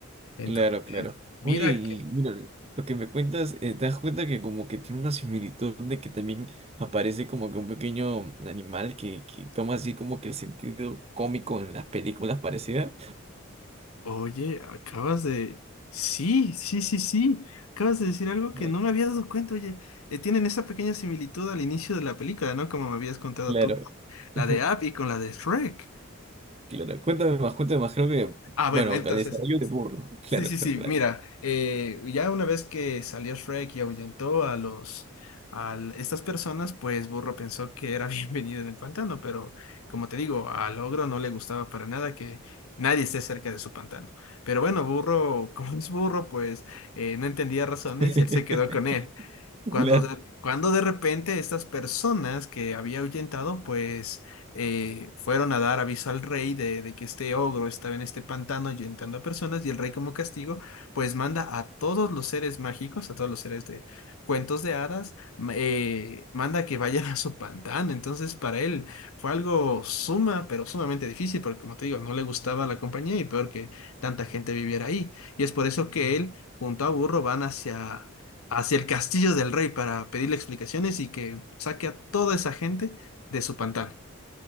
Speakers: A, on the left (about 80°); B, on the right (about 30°).
A: Entonces,
B: Claro, claro.
A: mira
B: Oye, y
A: que,
B: mira, lo que me cuentas, eh, te das cuenta que como que tiene una similitud de que también aparece como que un pequeño animal que, que toma así como que el sentido cómico en las películas parecidas.
A: oye, acabas de... Sí, sí, sí, sí. Acabas de decir algo que
B: Claro.
A: no me había dado cuenta. Oye, eh, tienen esa pequeña similitud al inicio de la película, ¿no? Como me habías contado
B: Claro.
A: tú, con la
B: <laughs>
A: de App y con la de Shrek.
B: Claro. Cuéntame más, cuéntame más. Creo que,
A: Ah,
B: bueno,
A: bueno, entonces,
B: el desarrollo de burro. Claro,
A: Sí, sí,
B: claro,
A: sí,
B: dale.
A: mira, eh, ya una vez que salió Shrek y ahuyentó a los a l- estas personas, pues Burro pensó que era <laughs> bienvenido en el pantano, pero como te digo, al ogro no le gustaba para nada que nadie esté cerca de su pantano. Pero bueno, Burro, <laughs> como es burro, pues eh, no entendía razones
B: <laughs>
A: y él se quedó con él. Cuando
B: Claro.
A: de, cuando de repente estas personas que había ahuyentado, pues eh, fueron a dar aviso al rey de, de que este ogro estaba en este pantano ahuyentando a personas y el rey como castigo, pues manda a todos los seres mágicos, a todos los seres de cuentos de hadas, ma- eh, manda que vayan a su pantano. Entonces para él fue algo suma, pero sumamente difícil, porque como te digo, no le gustaba la compañía y peor que tanta gente viviera ahí. Y es por eso que él junto a Burro van hacia hacia el castillo del rey para pedirle explicaciones y que saque a toda esa gente de su pantano.